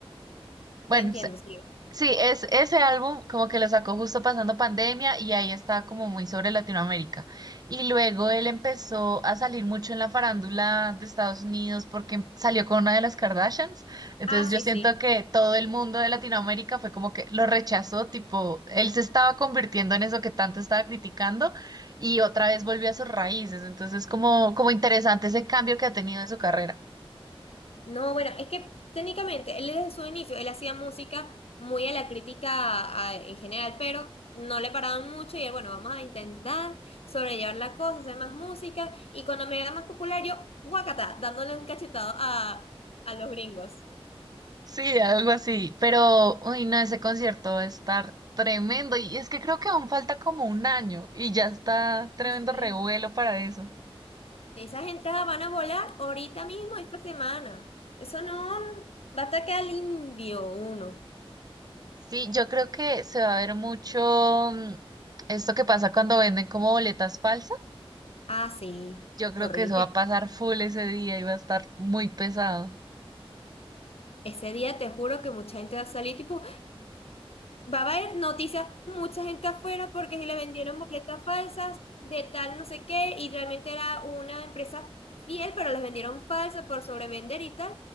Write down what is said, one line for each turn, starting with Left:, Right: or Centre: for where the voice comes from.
Right: bueno,
Left: Te entiendo, sí.
Right: Sí, es ese álbum como que lo sacó justo pasando pandemia y ahí está como muy sobre Latinoamérica. Y luego él empezó a salir mucho en la farándula de Estados Unidos porque salió con una de las Kardashians. Entonces
Left: Ah, sí,
Right: yo siento
Left: sí.
Right: que todo el mundo de Latinoamérica fue como que lo rechazó, tipo, él se estaba convirtiendo en eso que tanto estaba criticando y otra vez volvió a sus raíces. Entonces como como interesante ese cambio que ha tenido en su carrera.
Left: No, bueno, es que técnicamente él desde su inicio, él hacía música muy a la crítica a- en general, pero no le paraban mucho y él, bueno, vamos a intentar sobrellevar la cosa, hacer más música y cuando me haga más popular yo, guacata, dándole un cachetado a, a los gringos.
Right: Sí, algo así. Pero, uy, no, ese concierto va a estar tremendo. Y es que creo que aún falta como un año y ya está tremendo
Left: Ah, sí.
Right: revuelo para eso.
Left: Esas entradas van a volar ahorita mismo, esta semana. Eso no, va a atacar al indio uno.
Right: Sí, yo creo que se va a ver mucho mm, esto que pasa cuando venden como boletas falsas.
Left: Ah, sí,
Right: Yo creo
Left: horrible.
Right: que eso va a pasar full ese día y va a estar muy pesado.
Left: Ese día te juro que mucha gente va a salir tipo, Va a haber noticias, mucha gente afuera porque si le vendieron boletas falsas de tal no sé qué y realmente era una empresa fiel, pero las vendieron falsas por sobrevender y tal.